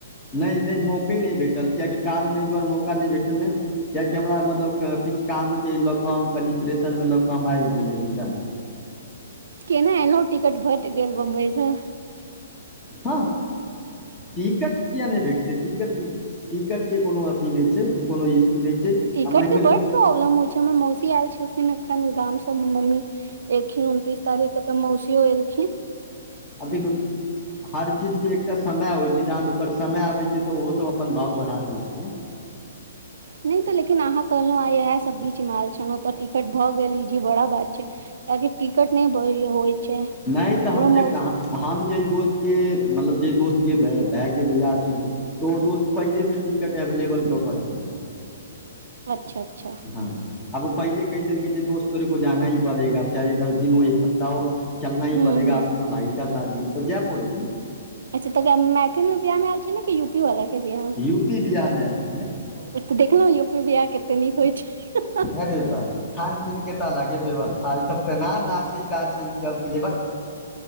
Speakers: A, on the left; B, on the right.
A: नहि नहि मौके नहि भेटल कियकि कारण एहि दुआरे मौका नहि भेटल नहि किएकि हमरा मतलब किछु कामके लऽ कऽ हम कनि प्रेशरमे लऽ कऽ हम आबि गेलै रिटर्न
B: केने एलौं टिकट भेटि गेल बम्बईसँ।
A: हँ। टिकट किये नहि भेटतै टिकट टिकट के कोनो अथी नहि छै कोनो इशू नहि छै।
B: टिकट
A: आ मानि
B: के
A: कऽ
B: बड्ड
A: चलू
B: प्रॉब्लम होइ छै हमर मौसी आयल छलखिन एखन गाम सब हम मम्मी। एखिन उनतीस तारीख तऽ मौसीयो एलखिन।
A: अध <inaudible> हर चीजके एकटा समय होइ छै जहन ओकर समय अबैत छै तऽ ओहोसभ अपन भाव बढ़ा दैत छै ने
B: नहि तऽ लेकिन अहाँ कहहु आ इएहे सब बीच मे आयल छल ओतऽ टिकट भऽ गेल ई जे बड़ा बात छै कभि टिकट नहि भर होइ छै हमरा
A: नहि तऽ हम जे
B: मौजी
A: हम जेह दोस्तके मतलब जाहि दोस्तके भायके बिआह छलै तो ओ दोस्त पहिले से टिकट एवेलेबल कऽ के रखने छल
B: अच्छा अच्छा
A: हँ अब ओ पहिले कै देलके जे दस्त तोरे को जाना ही पड़ेगा चाहे दस दिन हो एक हफ्ता हो चलना ही
B: हूँ
A: पड़ेगा
B: हूँ
A: अपना भाइ का शादी तऽ जाय पड़ै छै
B: अच्छा तकराऽ मैथिल मे ब्याह मे आल छै ने कि यूपी वाल के ब्याह मे
A: यू पी बिजमे <unintelligible> आल छलै
B: ओ तऽ देखलौ यूपी बीहार कतै नीक होइ छै
A: अरे बात रे खान पीन के तऽ अलगे व्यवस्था ई सब ते न नाचै गाचै लेबर